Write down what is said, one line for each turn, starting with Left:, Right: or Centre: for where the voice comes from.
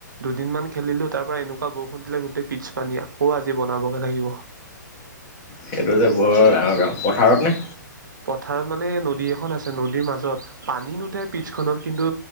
Right: দুদিন মমান খেলিলো তাৰ পৰা এনেকুৱা বৰষুণ দিলে গোটেই পিটছ পানী আকৌ আজি বনাবগে লাগিব।
Left: সেইটো যে বৰ ডাঙৰ কাম, পথাৰত নে?
Right: পথাৰত মানে নদী এখন আছে নদীৰ মাজত পানী নুঠে পথাৰ মানে নদী এখন আছে নদী মাজত পিছখনত কিন্তু